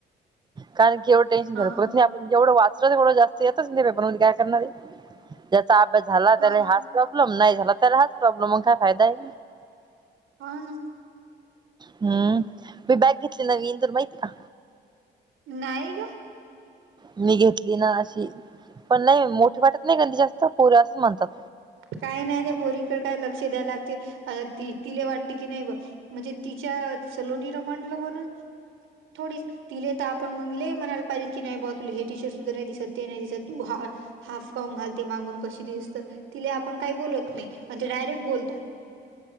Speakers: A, on the right; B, on the right.
A: कारण की एवढ टें्शन
B: हा
A: झार परत ह्यो आप पण जेवढं वाचलं तेवढं जास्त येतं तेवढ येतच पेपर मधी काय करणारे ज्याचा अभ्यास झाला त्याला
B: हो
A: ह. प्रॉब्लेम नाही झाला तर हाच प्रॉब्लेम मग काय फायदा आहे.
B: हा ना.
A: हम्म मी बॅग घेतली नवीन तर माहिती का?
B: नाहीय ग.
A: मी घेतली ना अशी पण नाही मोठीे वाटत नाही कधी जास्त पोरी असंच म्हणतात.
B: काही नाही त्या पोरीकडे काय लक्ष द्याय लागते ती तिला वाटते की नाही बघ. म्हणजे तिच्या सलोनी रमडलं म्हणून थोडी तिले तर आपण मगले म्हणायला पाहिजे की नाही बा तुला हे टीशर सुद्धा नाही दिसत ते नाही दिसत तू हा. हाफ काउून घालते मागून कशी दिसत तिला आपण काही बोलत नाही मग ते डायरेक्ट बोलतात.